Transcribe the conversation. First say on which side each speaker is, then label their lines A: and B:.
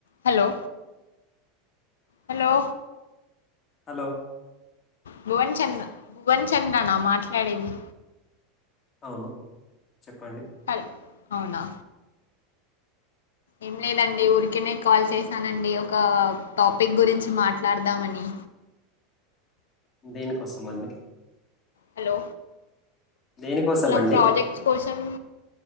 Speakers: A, on the left; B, on the left.
A: Hello hello
B: hello
A: Bhuvan Chand Bhuvan చంద్రనా మాట్లాడేది
B: అవును చెప్పండి
A: హల్ అవునా ఏం లేదండి ఊరికనే కాల్ చేశానండి ఒక టాపిక్ గురించి మాట్లాడదామని
B: దేనికోసం అండి
A: హలో
B: దేనికోసం
A: ఇలా
B: అండి
A: ప్రాజెక్ట్స్ కోసం